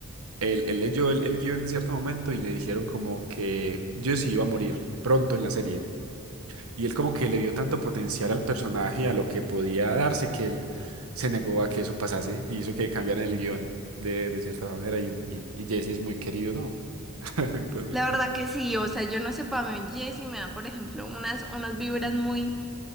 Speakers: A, on the right; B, in the centre.
A: él, él leyó el, el guión en cierto momento y le dijeron como que Jesse iba a morir pronto en la serie. Y él como que le vio tanto potencial al personaje, y a lo que podía darse, que él se negó a que eso pasase y hizo que cambiaran el guión de, de cierta manera. Y, y, y Jesse es muy querido, ¿no? <laughs> Actualmente.
B: La verdad que sí, o sea, yo no sé, para mí Jessy me da, por ejemplo, unas, unas vibras muy